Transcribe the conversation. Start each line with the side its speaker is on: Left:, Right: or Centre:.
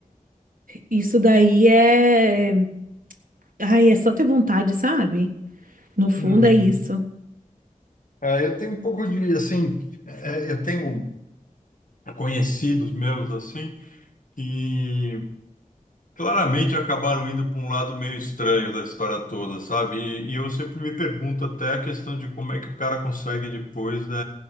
Right: isso daí é. Ai, é só ter vontade, sabe? No fundo
Left: Uhum.
Right: é isso.
Left: É, eu tenho um pouco de, assim, é, é, eu tenho conhecidos meus, assim, que claramente acabaram indo para um lado meio estranho da história toda, sabe? E, e eu sempre me pergunto até a questão de como é que o cara consegue depois, né,